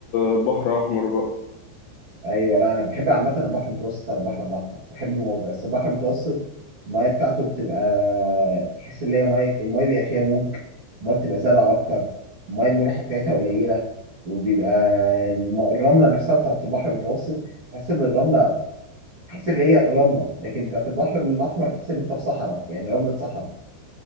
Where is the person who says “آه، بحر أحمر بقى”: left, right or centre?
Left